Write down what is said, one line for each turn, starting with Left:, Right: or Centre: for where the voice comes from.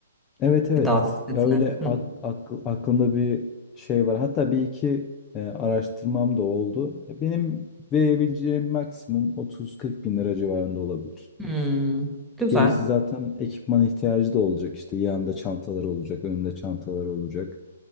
Left: Evet evet
Centre: Bir daha Evet. bisikletine.
Left: ya öyle
Centre: hı.
Left: ak- ak- aklımda bir şey var. Hatta bir iki e, araştırmam da oldu. E, Benim verebileceğim maksimum 30-40 bin lira civarında olabilir.
Centre: Hmm, güzel.
Left: Gerisi zaten ekipman ihtiyacı da olacak. İşte yanında çantalar olacak, önünde çantalar olacak.